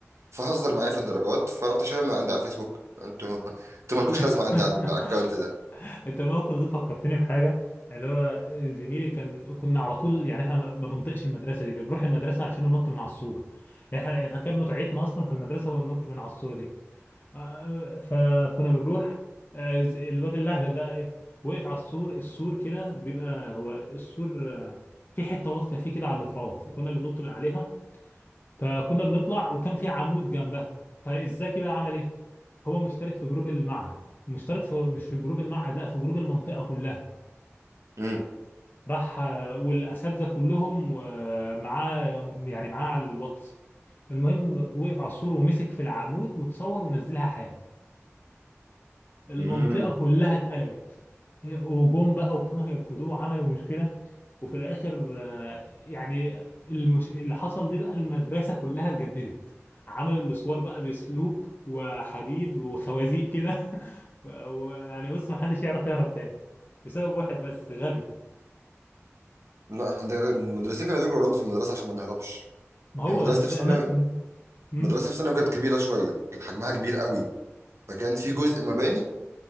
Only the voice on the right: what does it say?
فهزر معايا في الدرجات فرحت شايلهم من عندي على الفيسبوك انتوا <laughs> انتوا مالكوش لازمه
عندي على الاكونت ده
امم
امم
لا احنا ده- المدرسين كانوا بيجروا ورانا في المدرسه عشان ما نهربش
يعني مدرستي
في ثانوي
مدرستي في ثانوي كانت كبيره شويه كانت حجمها كبير قوي فكان في جزء مباني